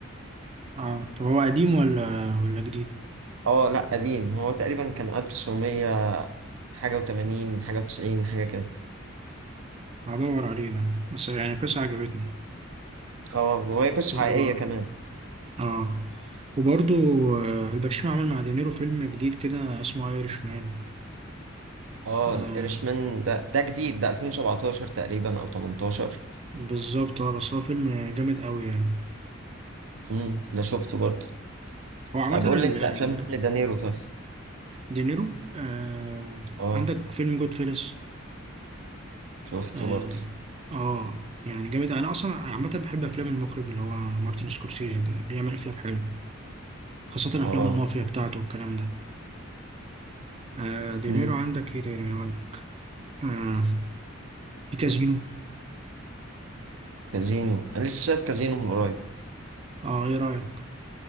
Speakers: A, on the right; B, on the right.
A: اه طب هو قديم ولا ولا جديد
B: اه لا قديم هو تقريبا كان 1900 حاجة و80 حاجة و90 حاجة كده
A: هدور عليه ده بس يعني قصة عجبتني
B: اه وهي قصة
A: و...
B: حقيقية كمان
A: اه وبرضو آه، الباتشينو عمل مع دينيرو فيلم جديد كده اسمه ايرش مان
B: اه
A: آه
B: الإيرشمان ده ده جديد ده 2017 تقريبا او 18
A: بالظبط اه بس هو فيلم جامد قوي يعني
B: امم ده شفته برضه
A: هو عامة
B: آه، بيقول
A: ال-
B: لي انت
A: آه،
B: افلام لدانيرو طيب
A: دينيرو آه
B: اه
A: عندك فيلم جود فيلس
B: شفته
A: اه
B: برضه
A: آه، يعني جامد انا اصلا عامة بحب افلام المخرج اللي هو مارتن سكورسيزي ده بيعمل افلام حلوة خاصة افلام
B: اه
A: المافيا بتاعته والكلام ده آه دينيرو
B: امم
A: عندك ايه تاني هقول لك آه في كازينو
B: كازينو انا لسه شايف كازينو من قريب
A: اه ايه رأيك